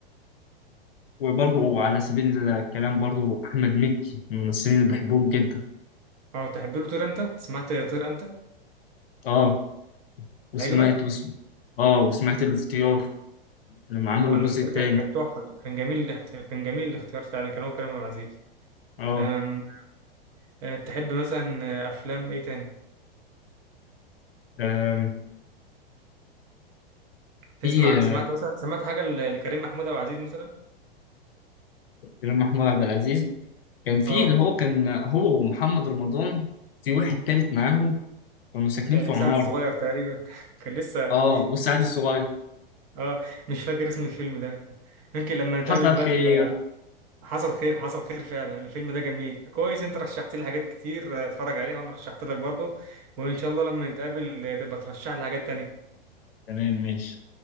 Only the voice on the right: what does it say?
اه تحب له طير انت سمعت طير انت
عجبك
اه
الاختيار
كان كان تحفه كان جميل الاختيار كان جميل الاختيار فعلا كان هو كريم عبد العزيز
أم... آه، تحب مثلا آه، افلام ايه تاني
تسمع
سمعت مثلا سمعت حاجه ل- لكريم محمود عبد العزيز مثلا
اه
آه،
سعد الصغير تقريبا <laughs> كان لسه
اه مش فاكر اسم الفيلم ده يمكن لما نتقابل
بقى
تبقى حصل خير حصل خير فعلا الفيلم ده جميل كويس انت رشحت لي حاجات كتير آه، اتفرج عليها وانا رشحت لك برضه وان شاء الله لما نتقابل آه، تبقى ترشح لي حاجات تانية